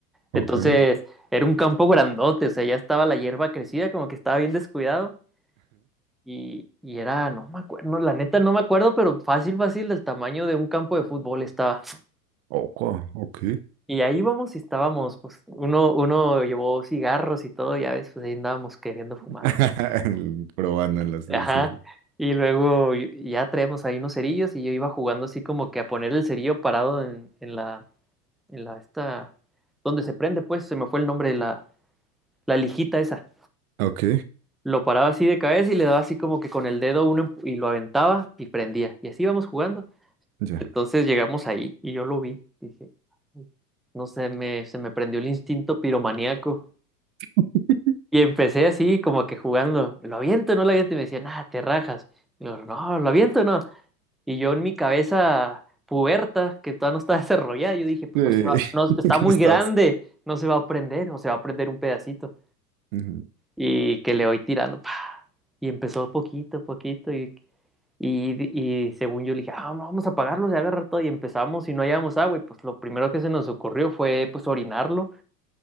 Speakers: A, on the right; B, in the centre.
A: Ok.
B: Entonces, era un campo grandote, o sea, ya estaba la hierba crecida, como que estaba bien descuidado. Y, y era, no me acuerdo, no, la neta no me acuerdo, pero fácil, fácil, del tamaño de un campo de fútbol estaba.
A: Oco, ok.
B: Y ahí íbamos y estábamos, pues, uno, uno llevó cigarros y todo, ya ves, pues ahí andábamos queriendo fumar.
A: <laughs>
B: y-
A: Probándolas, sí,
B: Ajá.
A: sí, sí.
B: Y luego y- ya traíamos ahí unos cerillos y yo iba jugando así como que a poner el cerillo parado en, en la, en la, esta, donde se prende, pues, se me fue el nombre de la, la lijita esa.
A: Ok,
B: Lo paraba así de cabeza y le daba así como que con el dedo uno empu- y lo aventaba y prendía. Y así íbamos jugando.
A: ya.
B: Entonces llegamos ahí y yo lo vi. Dije, no sé, me, se me prendió el instinto piromaníaco.
A: <laughs>
B: Y empecé así, como que jugando, ¿lo aviento o no lo aviento? Y me decían, ah, te rajas. Y yo, no, ¿lo aviento o no? Y yo en mi cabeza puberta, que todavía no está <laughs> desarrollada, yo dije, pues
A: Sí, <laughs>
B: no se va, no, está
A: ¿Qué
B: muy
A: no estabas?
B: grande, no se va a prender, o se va a prender un pedacito.
A: Ujú.
B: Y que le voy tirando, pa. Y empezó poquito a poquito, y, y, y según yo le dije, ah, no, vamos a apagarlo, se va a agarrar todo, y empezamos, y no hallábamos agua, y pues lo primero que se nos ocurrió fue, pues, orinarlo.